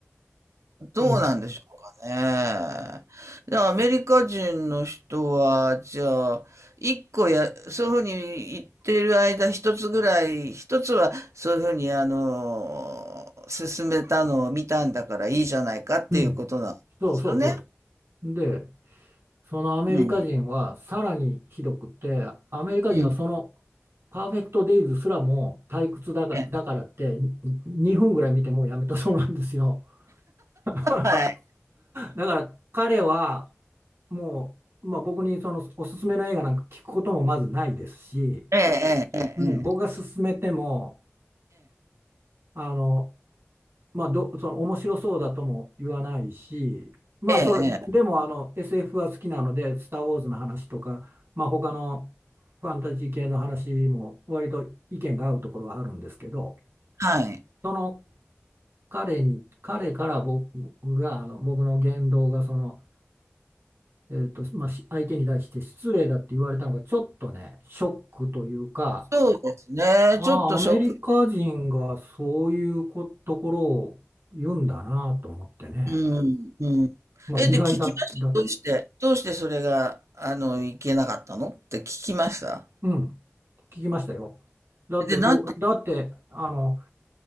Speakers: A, on the right (about 85°); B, on the right (about 60°).
A: どうなんでしょうか
B: うん、
A: ね。で、アメリカ人の人は、じゃあ、一個や、そういうふうに言ってる間、一つぐらい、一つはそういうふうに、あの、進めたのを見たんだからいいじゃないかっていうことなんですよね。
B: うん、そうそうそうです。でそのアメリカ人はさらにひどくてアメリカ人はその
A: うん。うん。
B: 「パーフェクト・デイズ」すらも退屈だが、
A: え
B: だからってに2分ぐらい見てもうやめたそうなんですよ。<laughs>
A: はい。
B: だから彼はもう、まあ、僕にそのおすすめの映画なんか聞くこともまずないですし、
A: ええ、ええ、
B: うん、
A: ええ、
B: 僕が勧めてもあの、まあ、どその面白そうだとも言わないし、まあ、
A: ええ、ええ、
B: それでもあの
A: ええ
B: SF は好きなので「スター・ウォーズ」の話とか、まあ、他のファンタジー系の話も割と意見が合うところはあるんですけど
A: はい。
B: その彼に彼から僕があの僕の言動がその。えーと、まあ、し相手に対して失礼だって言われたのがちょっとね、ショックというか、
A: そうですね。
B: ああ、
A: ちょっと食
B: アメリカ人がそういうこと、ころを言うんだなと思ってね、
A: うん、うん。
B: まあ、
A: え、
B: 意外だ、
A: で、聞きました。
B: だった。
A: どうして、どうしてそれが、あの、いけなかったのって聞きました。
B: うん、聞きましたよ。だって僕、
A: で、なんと、
B: だってあの